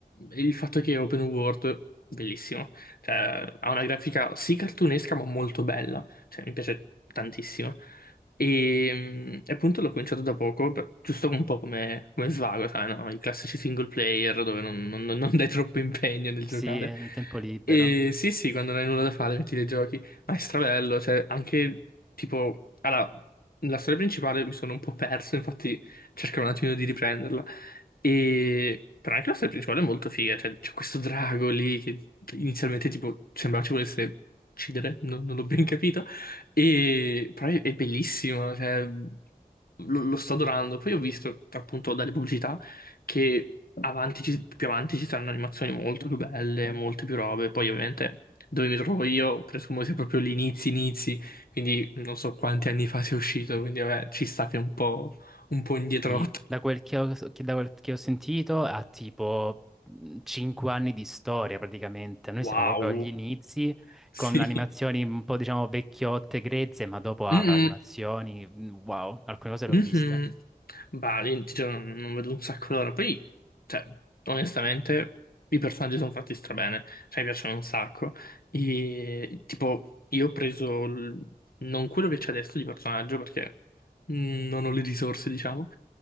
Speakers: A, on the left (about 65°); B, in the centre.
A: il fatto che è open world, bellissimo. Cioè, ha una grafica sì cartunesca, ma molto bella. Cioè, mi piace tantissimo. E, mm, e appunto l'ho cominciato da poco, per- giusto un po' come, come svago, sai, no? I classici single player dove non, non- non dai troppo impegno nel giocare.
B: Sì, nel tempo libero.
A: E sì, sì, quando non hai nulla da fare metti dei giochi, ma è strabello, cioè anche tipo... Allora, la storia principale mi sono un po' perso, infatti cercherò un attimino di riprenderla. E... Però anche la storia principale è molto figa, cioè c'è questo drago lì che inizialmente tipo sembrava ci volesse uccidere, non non l'ho ben capito. E però è, è bellissima, cioè, lo, lo sto adorando. Poi ho visto appunto dalle pubblicità che avanti ci- più avanti ci saranno animazioni molto più belle, molte più robe. Poi ovviamente dove mi trovo io presumo sia proprio gli inizi inizi, quindi non so quanti anni fa sia uscito, quindi vabbè, ci sta che è un po', un po' indietro.
B: Sì. Da quel che ho, che- da quel che ho sentito ha tipo 5 anni di storia praticamente. Noi
A: Wow,
B: siamo proprio agli inizi
A: <laughs>
B: con animazioni
A: sì.
B: un po' diciamo vecchiotte, grezze, ma dopo avrà
A: Mm-mm.
B: animazioni. mhmm, Wow, alcune cose le
A: Mhm.
B: ho viste.
A: Bah, lì, ti giuro, non non vedo un sacco l'ora. Poi, cioè, onestamente, i personaggi sono fatti strabene. Cioè, mi piacciono un sacco. E, tipo, io ho preso l- non quello che c'è adesso di personaggio, perché mm, non ho le risorse, diciamo.